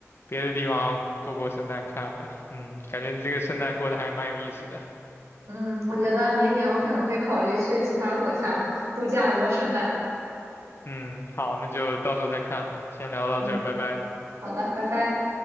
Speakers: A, on the left; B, on the right.
A: 别的地方过过圣诞看吧。嗯，感觉你这个圣诞过得还蛮有意思的。
B: 嗯，我觉得明年我可能会考虑去其他国家度假过圣诞。
A: 嗯，好，那就到时候再看吧。先聊到这儿，
B: 嗯，
A: 拜拜。
B: 好的，拜拜。